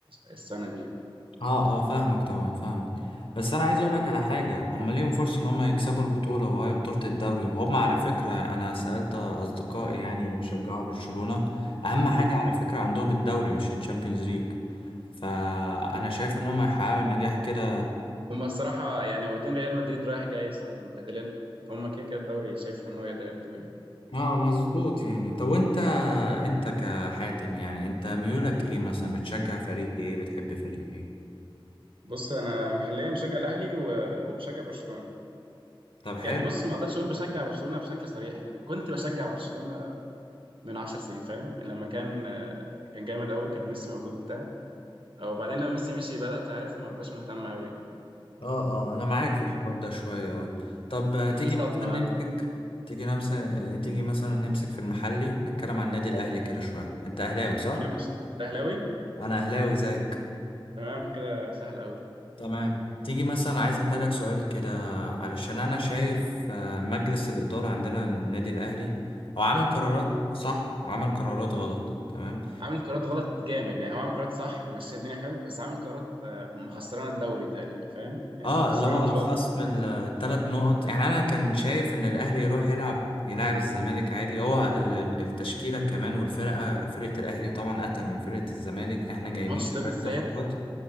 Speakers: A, on the right (about 70°); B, on the left (about 70°).
A: السنه دي
B: اه اه فاهمك طبعا فاهمك بس انا عايز اقول لك على حاجه هم ليهم فرصه ان هم يكسبوا البطوله وهي بطوله الدوري وهم على فكره انا سالت اصدقائي يعني اللي بيشجعوا برشلونه اهم حاجه
A: يعني.
B: على فكره عندهم الدوري مش الشامبيونز ليج فانا شايف ان هم هيحققوا النجاح كده
A: هما الصراحة يعني واخدين ريال مدريد رايح جاي صح مبهدلينها فهم كده كده الدوري شايفه إن هو يقدر ياخدوه يعني
B: اه مظبوط يعني طب وانت انت كحاتم يعني انت ميولك ايه مثلا بتشجع فريق ايه بتحب فريق ايه
A: بص أنا محليا بشجع الأهلي و- وبشجع برشلونة
B: طب حلو
A: يعني بص ما أقدرش أقول بشجع برشلونة بشكل صريح لأن كنت بشجع برشلونة من 10 سنين فاهم لما كان آه، كان جامد قوي كان ميسي موجود وبتاع وبعدين لما ميسي مشي بدأت أعرف ما بقاش مهتم قوي يعني
B: اه اه انا معاك في الحوار ده شوية اه طب آه،
A: كان
B: تيجي
A: في صدمة
B: مثلا نمسك تيجي نمسك تيجي مثلا نمسك في المحلي نتكلم عن النادي الاهلي كده شوية انت اهلاوي صح
A: تمام ماشي أنت أهلاوي
B: انا اهلاوي زيك
A: تمام كده سهل قوي
B: تمام تيجي مثلا عايز اسالك سؤال كده علشان انا شايف آه، مجلس الادارة عندنا للنادي الاهلي هو عمل قرارات صح وعمل قرارات غلط تمام
A: عامل قرارات غلط جامد يعني هو عامل قرارات صح مشي الدنيا حلو بس عامل قرارات آه، مخسرانه الدوري تقريبا فاهم يعني
B: اه
A: مخسرانه
B: اللي هو
A: بطولات
B: خصم الثلاث نقط يعني انا كان شايف ان الاهلي يروح يلعب يلعب الزمالك عادي هو ال- ال- التشكيله كمان والفرقه فرقه الاهلي طبعا اتقل من فرقه الزمالك احنا جايبين
A: الماتش ده
B: شويه
A: بالذات
B: صفقات